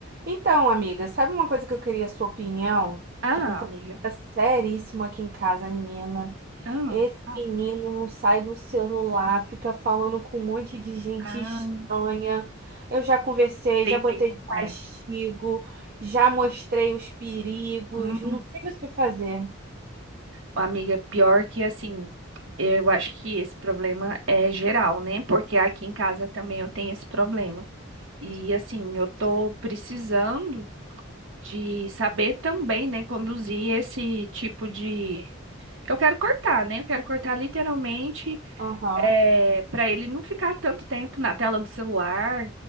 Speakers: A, on the right (about 45°); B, on the right (about 65°).
A: Então, amiga, sabe uma coisa que eu queria a sua opinião?
B: Ah,
A: Tô com um problema
B: amiga.
A: seríssimo aqui em casa, menina.
B: Ah,
A: Esse
B: ah,
A: menino não sai do celular, fica falando com um monte de gente
B: ah,
A: estranha. Eu já conversei,
B: sei
A: já botei
B: bem como
A: de castigo,
B: é.
A: já mostrei os perigos,
B: Hum,
A: não sei mais o que fazer.
B: amiga, pior que assim, eu acho que esse problema é geral, né? Porque aqui em casa também eu tenho esse problema. E assim, eu tô precisando de saber também, né, conduzir esse tipo de. Eu quero cortar, né? Eu quero cortar literalmente,
A: Aham.
B: é, para ele não ficar tanto tempo na tela do celular,